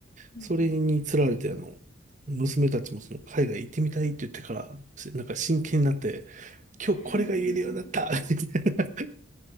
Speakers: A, on the left; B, on the right.
A: うん
B: それにつられて、あの、娘たちもその海外行ってみたいって言ってから、しなんか真剣になって、
A: <laughs>
B: 今日これが言えるようになったって言って